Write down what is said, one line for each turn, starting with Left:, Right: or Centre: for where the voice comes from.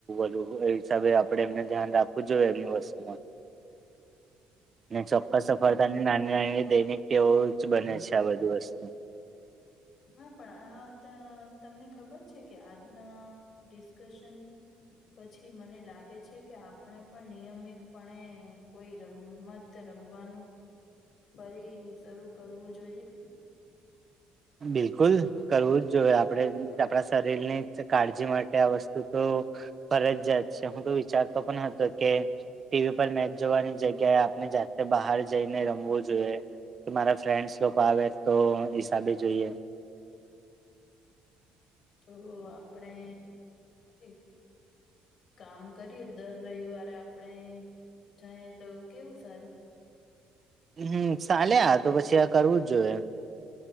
Right: <inaudible> હસાબે આપડણે એમને ધ્યાન રાખવું જોઈએ, એમની વસ્તુમાં. ને ચોક્કસ સફળતાની નાની નાની દૈનિક તેઓ જ બને છે. આ બધું વસ્તુ,
Left: હા પણ આ તમને ખબર છે, કે આજના ડિસ્કશન, પછી મને લાગે છે. કે આપણે પણ નિયમિતપણે કોઈ રમત રમવાનું.. ફરી શરૂ કરવું જોઈએ.
Right: બિલકુલ કરવું જ જોઈએ. આપણેે આપણા શરીરની જ કાળજી માટે આ વસ્તુ, તો ફરજીયાત છે, હું તો વિચારતો પણ હતો. કે ટીવી પર મેચ જોવાની જગ્યાએ આપણે જાતે બહાર જઈને રમવું જોઈએ. કે મારા ફ્રેન્ડસ લોકો આવે, તો સાથે જઈએ.
Left: તો આપણે એક કામ કરીએ દર રવિવારે આપડે જાયે તો કેવું સારું.
Right: હમ સાલે આતો, પછી આ કરવું જ જોઈએ.